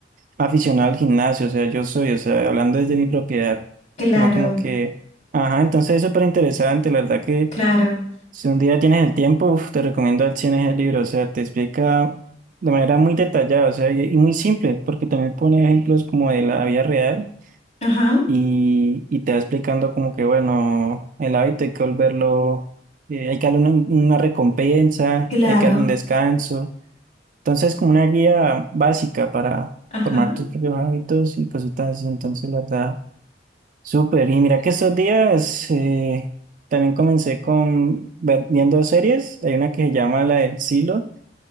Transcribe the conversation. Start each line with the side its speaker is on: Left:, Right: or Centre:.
Right: aficionado al gimnasio, o sea, yo soy, o sea, hablando desde mi propiedad,
Left: Claro,
Right: no como que, ajá, entonces es súper interesante, la verdad que
Left: claro.
Right: si un día tienes el tiempo, uf, te recomiendo al 100 ese libro, o sea, te explica de manera muy detallada, o sea, y, y muy simple, porque también pone ejemplos como de la vida real
Left: Ajá,
Right: y, y te va explicando como que, bueno, el hábito hay que volverlo, eh, hay que darle una, una recompensa,
Left: claro.
Right: hay que darle un descanso. Entonces, como una guía básica para
Left: Ajá.
Right: formar tus propios hábitos y cositas así. Entonces, la verdad, súper. Y mira que estos días eh, también comencé con ver- viendo series. Hay una que se llama La del Silo.